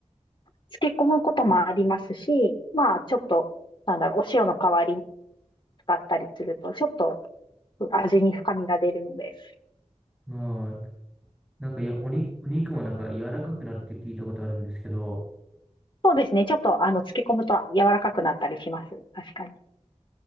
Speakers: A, on the left; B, in the centre.
A: 漬け込むこともありますし、まあ、ちょっと、なんだろう、お塩の代わりに使ったりすると、ちょっと味に深みが出るので。
B: ああ、なんか、いや、おに、お肉もなんか柔らかくなるって聞いたことあるんですけど、
A: そうですね。ちょっと、あの、漬け込むと柔らかくなったりします。確かに。